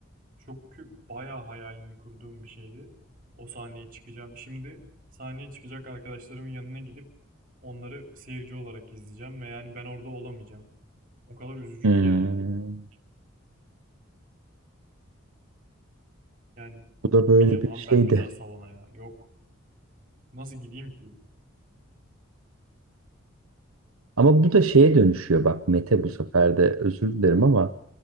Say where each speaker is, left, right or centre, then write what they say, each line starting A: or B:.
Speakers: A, on the right; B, on the right.
A: çok kü- bayağı hayalini kurduğum bir şeydi. O sahneye çıkacağım. Şimdi sahneye çıkacak arkadaşlarımın yanına gidip onları seyirci olarak izleyeceğim ve yani ben orada olamayacağım. O kadar üzücü
B: Hmm.
A: ki yani bu. Yani
B: Bu da
A: gitmeyeceğim
B: böyle bir
A: abi
B: şeydi.
A: ben bir daha salona ya. Yok. Nasıl gideyim ki?
B: Ama bu da şeye dönüşüyor bak Mete bu sefer de özür dilerim ama